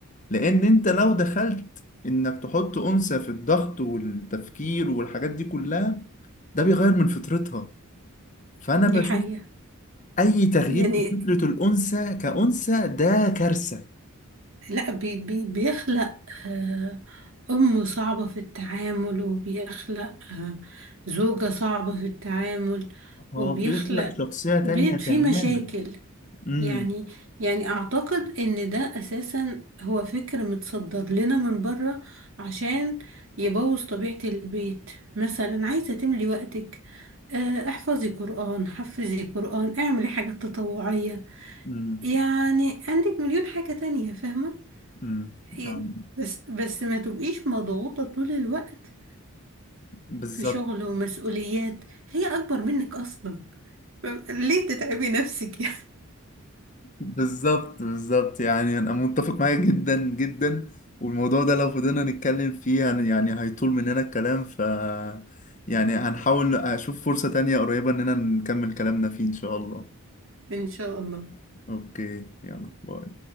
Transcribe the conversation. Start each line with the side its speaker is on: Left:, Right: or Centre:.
Left: لأن أنت لو دخلت إنك تحط أنثى في الضغط والتفكير والحاجات دي كلها ده بيغير من فطرتها فأنا
Right: دي
Left: بشوف
Right: حقيقة
Left: أي تغيير
Right: يعني
Left: في فطرة الأنثى كأنثى ده كارثة
Right: لا بي بي بيخلق آه، أم صعبة في التعامل وبيخلق آه، زوجة صعبة في التعامل
Left: هو
Right: وبيخلق
Left: بيخلق شخصية تانية
Right: بيت
Left: تماما
Right: فيه مشاكل
Left: امم
Right: يعني يعني أعتقد إن ده أساسا هو فكر متصدر لنا من بره عشان يبوظ طبيعة البيت مثلا عايزة تملي وقتك آه، احفظي قرآن حفظي قرآن اعملي حاجات تطوعية
Left: امم
Right: يعني عندك مليون حاجة تانية فاهمة
Left: امم
Right: يعني
Left: أم،
Right: بس بس ما تبقيش مضغوطة طول الوقت
Left: بالظبط
Right: في شغل ومسؤوليات هي أكبر منك أصلا فم- ليه تتعبي نفسك يعني
Left: بالظبط بالظبط يعني انا متفق معاك جدا جدا والموضوع ده لو فضلنا نتكلم فيه يعني يعني هيطول مننا الكلام ف يعني هنحاول اشوف فرصة تانية قريبة اننا نكمل كلامنا فيه ان شاء الله
Right: <laughs> إن شاء الله
Left: اوكي يلا باي